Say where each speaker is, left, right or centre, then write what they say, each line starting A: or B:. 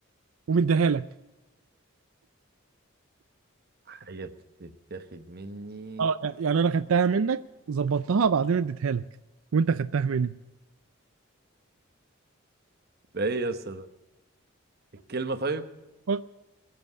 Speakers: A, on the right (about 85°); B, on the right (about 50°).
A: ومديها لك
B: حاجه بتتاخد مني
A: اه يعني انا خدتها منك ظبطتها بعدين اديتها لك وانت خدتها مني
B: ده ايه يا اسطى ده الكلمه طيب
A: أوك.